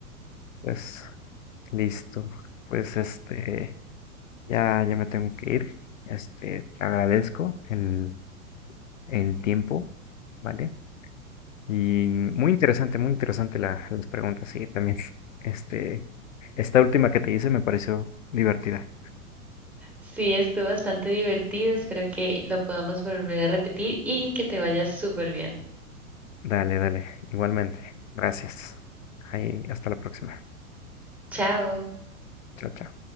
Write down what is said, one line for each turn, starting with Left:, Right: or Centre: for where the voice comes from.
Left: pues, listo. Pues este, ya, ya me tengo que ir. Este, te agradezco el, el tiempo, ¿vale? Y muy interesante, muy interesante la- las preguntas, sí, también. <laughs> Este, esta última que te hice me pareció divertida.
Centre: Sí, estuvo bastante divertido. Espero que lo podamos volver a repetir y que te vayas súper bien.
Left: Dale, dale, igualmente. Gracias. Ahí, hasta la próxima.
Centre: Chao.
Left: Chao, chao.